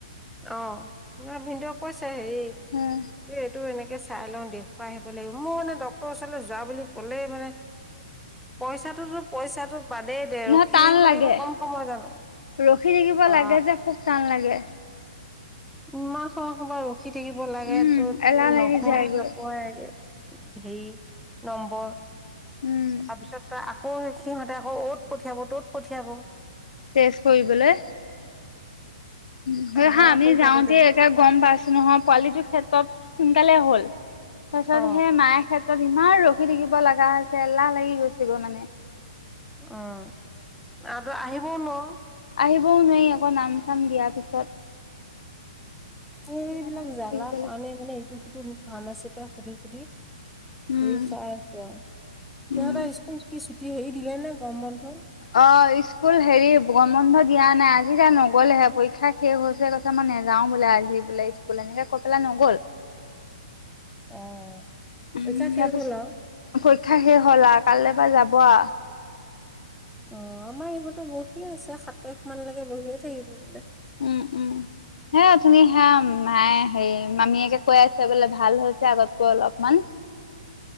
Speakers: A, in the centre; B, on the left (about 70°).
A: অ' মানে ভিনদেউক কৈছে, হেৰি
B: উম
A: এইটো এনেকে চাই লওঁ দেখুৱাই আহিব লাগিব। মোৰ মানে ডক্টৰৰ ওচৰলৈ যোৱা বুলি ক'লে মানে পইচাটোতো পইচাটো বাদেই দে।
B: নহয়
A: ৰখি
B: টান
A: থাকিব
B: লাগে
A: লাগিব কম সময় জানো!
B: ৰখি থাকিব
A: বা
B: লাগে যে খুব টান লাগে।
A: ইমান সময় -সময় ৰখি থাকিব লাগে
B: উম
A: তোৰ
B: এলাহ লাগি
A: নপয়ে
B: যায়গৈ
A: হে নপয়েহে হেৰি। নম্বৰ।
B: উম
A: তাৰপিছত সিহঁতে আকৌ অ'ত পঠিয়াব। ত'ত পঠিয়াব।
B: টেষ্ট কৰিবলৈ হা। সেহা
A: সেয়া
B: আমি
A: কৰি
B: যাওঁতে
A: থাকোতে
B: একে গম পাইছো নহয়, পোৱালিটোৰ ক্ষেত্ৰত সোনকালে হ'ল। তাৰপিছত
A: অ
B: সেই মাই ক্ষেত্ৰত যিমান ৰখি থাকিব লগা হৈছে। এলাহ লাগি গৈছেগৈ মানে
A: উম। আৰু আহিবও নোৱাও
B: আহিবও নোৱাৰি আকৌ, নাম চাম দিয়াৰ পিছত
A: সেইবিলাক
B: সেইটো কাৰণে ৰখি
A: জ্বালা
B: থাকিব লাগে
A: কাৰণে মানে ইটো-সিটো ফাৰ্মাচীৰ পৰা সুধি -সুধি সেই
B: উম
A: চাই আছো। সিহঁতৰ
B: উম
A: স্কুল ছুটি হেৰি দিলে নে গম বন্ধ
B: অহ। স্কুল হেৰি গম বন্ধ দিয়া নাই। আজি তাই নগলেহে, পৰীক্ষা শেষ হৈছেহে। কৈছে মানে নেযাও বোলে, আজি বোলে- স্কুল। এনেকে কৈ পেলা নগ'ল।
A: <inaudible> অ',
B: তাৰ
A: পৰীক্ষা শেষ
B: পিছত
A: হ'ল আৰু
B: পৰীক্ষা শেষ হল আৰু। কাললৈ পৰা যাম কোৱা।
A: অহ। আমাৰ ইহঁতো বহিয়ে আছে। সাত তাৰিখ মানলকে বহিয়ে থাকিব বোলে।
B: উম। উম। হে অথুনি হে মায়ে, হেৰি মামীয়েকে কৈ আছে, বোলে ভাল হৈছে আগতকৈ অলপমান।